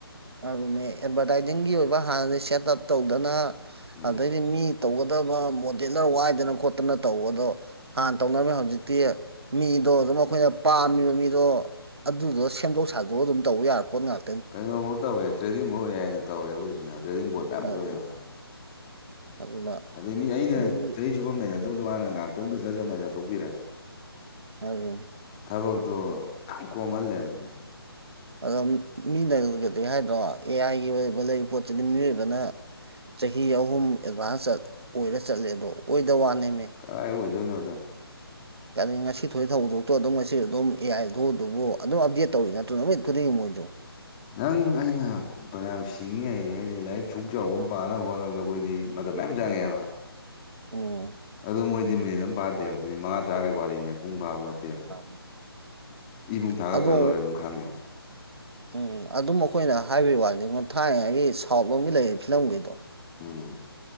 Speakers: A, on the right; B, on the left.
A: ꯑꯗꯨꯅꯦ ꯑꯦꯗꯚꯔꯇꯥꯏꯖꯤꯡꯒꯤ ꯑꯣꯏꯕ ꯍꯥꯟꯅꯗꯤ ꯁꯦꯠ ꯑꯞ ꯇꯧꯗꯅ
B: ꯎꯝ
A: ꯑꯗꯩꯗꯤ ꯃꯤ ꯇꯧꯒꯗꯕ ꯃꯣꯗꯦꯂꯔ ꯋꯥꯏꯗꯅ ꯈꯣꯠꯇꯅ ꯇꯧꯕꯗꯣ꯫ ꯍꯥꯟꯅ ꯇꯧꯅꯔꯝꯃꯦ ꯍꯧꯖꯤꯛꯇꯤ ꯃꯤꯗꯣ ꯑꯗꯨꯝ ꯑꯈꯣꯏꯅ ꯄꯥꯝꯃꯤꯕ ꯃꯤꯗꯣ꯫ ꯑꯗꯨꯗꯣ ꯁꯦꯝꯗꯣꯛ ꯁꯥꯗꯣꯛꯑ ꯑꯗꯨꯝ ꯇꯧꯌꯥꯔ ꯄꯣꯠ ꯉꯥꯛ꯫
B: ꯀꯩꯅꯣꯕꯥꯎ ꯇꯧꯋꯦ ꯇ꯭ꯔꯦꯗꯤꯡꯕꯥꯎ‌ ꯑꯦ ꯑꯥꯏ ꯅ ꯇꯧꯔꯦ ꯍꯧꯖꯤꯛꯁ‌ꯦ ꯇ꯭ꯔꯦꯡꯕꯣꯔꯠ ꯃꯌꯥꯝ
A: ꯑꯗꯨꯅ
B: ꯊꯣꯛꯑꯦꯅ꯫
A: ꯑꯗꯨꯅ
B: ꯑꯗꯩ ꯃꯤ ꯑꯩꯅ
A: ꯂꯨꯏ
B: ꯆꯍꯤ ꯆꯨꯞꯄ ꯑꯝ ꯅꯩꯅꯗꯧꯗꯨ ꯃꯥꯅ ꯉꯥꯛꯇꯪꯗ ꯖꯠꯖꯠ ꯅꯩꯅ ꯊꯣꯛꯄꯤꯔꯦ꯫
A: ꯫
B: ꯊꯕꯛꯇꯣ ꯀꯣꯝꯍꯜꯂꯦ ꯍꯥꯏꯅꯤꯗ꯫
A: ꯑꯗꯣ ꯃꯤꯅꯒꯗꯤ ꯍꯥꯏꯗ꯭ꯔꯣ ꯑꯦ ꯑꯥꯏꯒꯤ ꯑꯣꯏꯕ ꯂꯩ ꯄꯣꯠꯁꯤꯗꯤ ꯃꯤꯑꯣꯏꯕꯅ꯫ ꯆꯍꯤ ꯑꯍꯨꯝ ꯑꯦꯗꯚꯥꯟꯁ ꯆꯠ ꯑꯣꯏꯔ ꯆꯠꯂꯦ ꯑꯗꯣ ꯑꯣꯏꯗ ꯋꯥꯅꯦꯃꯦ꯫
B: ꯀꯥꯏ ꯑꯣꯏꯗꯣꯏꯅꯣꯗ꯫
A: ꯀ ꯉꯁꯤ ꯊꯣꯛ ꯊꯧꯗꯣꯛꯇꯣ ꯑꯗꯨꯝ ꯉꯁꯤ ꯑꯗꯨꯝ ꯑꯦ ꯑꯥꯏ ꯊ ꯑꯗꯨꯕꯨ ꯑꯗꯨꯝ ꯑꯞꯗꯦꯠ ꯇꯧꯔꯤ ꯅꯠꯇ꯭ꯔꯣ ꯅꯨꯃꯤꯠ ꯈꯨꯗꯤꯡꯒꯤ ꯃꯣꯏꯁꯨ꯫
B: ꯅꯪ ꯑꯩꯅ ꯐꯅꯌꯥꯝ ꯁꯤꯡꯉꯤ ꯍꯩꯔꯦ ꯍꯧꯁꯦ ꯂꯥꯏꯔꯤꯛ ꯁꯨꯛ ꯆꯥꯎꯕ ꯑꯃ ꯄꯥꯅꯕ ꯍꯣꯠꯅꯕꯗ ꯑꯩꯈꯣꯏꯗꯤ ꯃꯇꯝ ꯃꯌꯥꯝ ꯆꯪꯉꯦꯕ
A: ꯎꯝ
B: ꯑꯗꯨꯣ ꯃꯣꯏꯗꯤ ꯃꯤꯅꯤꯠ ꯑꯗꯨꯝ ꯄꯥꯗꯦꯕ ꯃꯤꯠ ꯃꯉꯥ ꯇꯔꯥꯈꯩ ꯋꯥꯔꯤꯅꯦ ꯄꯨꯡ ꯐꯥꯕ ꯅꯠꯇꯦ ꯑꯣꯦ
A: ꯃꯥꯅꯤ
B: ꯏꯕꯨꯡ ꯊꯥꯒ
A: ꯑꯗꯣ
B: ꯈꯔ ꯂꯣꯏꯔꯦ ꯑꯗꯨꯝ ꯈꯪꯉꯦꯕ
A: ꯎꯝ ꯑꯗꯨꯝ ꯑꯩꯈꯣꯏꯅ ꯍꯥꯏꯕꯒꯤ ꯋꯥꯅꯤꯉꯣ ꯊꯥꯏꯅꯉꯩꯒꯤ ꯁꯥꯎꯠ ꯂꯣꯝꯒꯤ ꯂꯩꯔꯤꯕ ꯐꯤꯂꯝꯒꯤꯗꯣ
B: ꯎꯝ